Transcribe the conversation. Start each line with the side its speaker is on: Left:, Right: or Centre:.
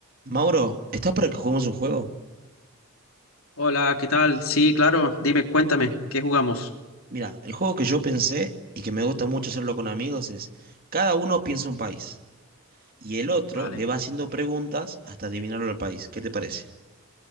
Right: Mauro, ¿estás para que juguemos un juego?
Left: Hola, ¿qué tal? Sí, claro, dime, cuéntame, ¿qué jugamos?
Right: Mira, el juego que yo pensé y que me gusta mucho hacerlo con amigos es cada uno piensa un país y el otro
Left: Vale,
Right: le va haciendo preguntas hasta adivinarlo al país. ¿Qué te parece?